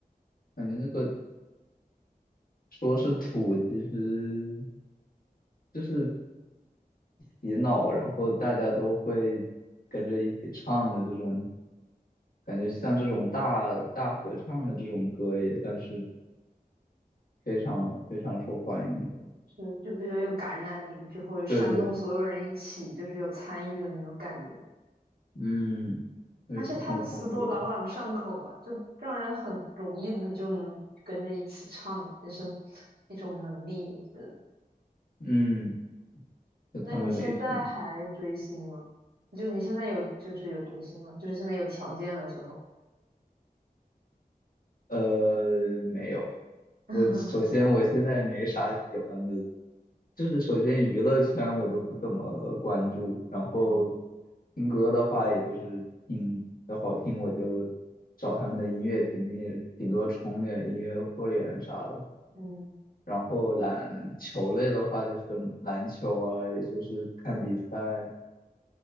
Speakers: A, on the left; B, on the right.
A: 感觉那个说是土，其实就是洗脑，然后大家都会跟着一起唱的这种，感觉像这种大大合唱的这种歌也算是非常非常受欢迎的。
B: 是就比较有感染力，就会煽动所有人一起，
A: 对对，
B: 就是有参与的那种感觉。
A: 嗯，对，
B: 而且他的词多朗朗上口啊，
A: 不同风格，
B: 就让人很容易的就能跟着一起唱，也是一种能力，我觉得。
A: 嗯，就他们没品。
B: 那你现在还追星吗？就你现在有就是有追星吗？就是现在有条件了之后，
A: 呃，没有。
B: <laughs>
A: 我首先我现在没啥喜欢的，就是首先娱乐圈我都不怎么关注，然后
B: 嗯，
A: 听歌的话，也就是听要好听我就找他们的音乐听听，顶多充点音乐会员啥的。
B: 嗯，
A: 然后篮球类的话，就是篮球啊，也就是看比赛。